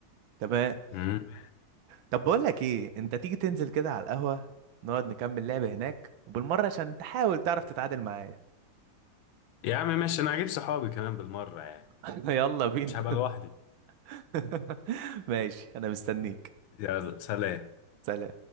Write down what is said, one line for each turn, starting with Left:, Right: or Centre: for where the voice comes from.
Right: تمام
Left: امم
Right: طب بقول لك ايه انت تيجي تنزل كده على القهوة نقعد نكمل لعبة هناك وبالمرة عشان تحاول تعرف تتعادل معايا
Left: يا عم ماشي انا هجيب صحابي كمان بالمرة يعني
Right: <laughs> يلا بينا
Left: مش هبقى لوحدي
Right: <laughs> ماشي انا مستنيك
Left: <laughs> يلا سلام
Right: سلام